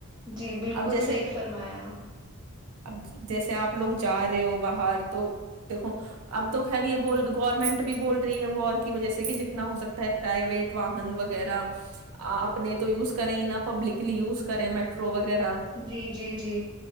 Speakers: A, on the right (about 20°); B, on the right (about 85°).
A: جی بالکل
B: اب جیسے
A: صحیح فرمایا
B: اب جیسے آپ لوگ جا رہے ہو باہر تو دیکھو اب تو خیر یہ ب گورنمنٹ بھی بول رہی ہے وہ کی وجہ سے کہ جتنا ہو سکتا ہے پرائیویٹ واہن وغیرہ اپنے تو یوز کریں ہی نہا پبلکلی یوز کریں میٹرو وغیرہ
A: جی جی جی